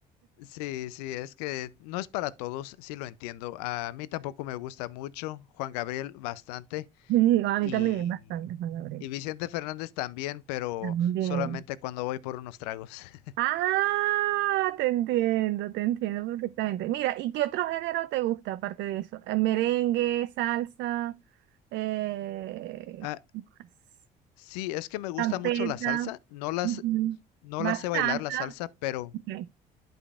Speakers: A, on the left; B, on the right.
A: Sí, sí, es que no es para todos, sí lo entiendo. A mí tampoco me gusta mucho, Juan Gabriel bastante
B: Sí, a mí
A: y,
B: también bastante, Juan Gabriel.
A: y Vicente Fernández también, pero
B: También.
A: solamente cuando voy por unos tragos. <laughs>
B: Ah, te entiendo, te entiendo perfectamente. Mira, ¿y qué otro género te gusta aparte de eso? Eh, Merengue, salsa, eh,
A: Ah,
B: ¿qué más?
A: sí, es que me gusta
B: champeta,
A: mucho la salsa, no las,
B: ujú,
A: no
B: bachata.
A: la sé bailar la salsa, pero
B: ok.